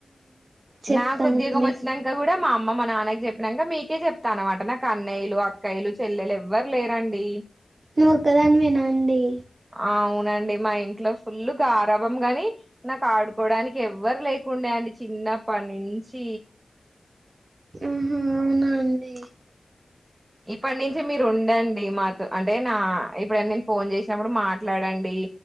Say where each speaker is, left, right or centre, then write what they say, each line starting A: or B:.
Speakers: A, on the right (about 55°); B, on the right (about 25°).
A: చెప్తానండి
B: నాకు ఉద్యోగం వచ్చినంక గూడా మా అమ్మ మా నాన్నకి చె నంక మీకే జెప్తాను అన్నమాట నాకు అన్నయ్యలు అక్కాయ్యలు చెల్లెలు ఎవ్వరు లేరండి.
A: నువ్వు ఒక్కదానివేనా అండి
B: అవునండి మా ఇ ఇంట్లో ఫుల్ గారాభం గాని నాకు ఆడు కోవడానికి ఎవ్వరు లేకుండే అండి చిన్నప్పటి నుంచి
A: మ్మ్ హ్మ్ అవునా అండి
B: ఇప్పటి నుంచి మీరు ఉండండి మాతో అంటే నా ఎప్పుడన్న నేను ఫోన్ చేసినప్పుడు మా ట్లాడండి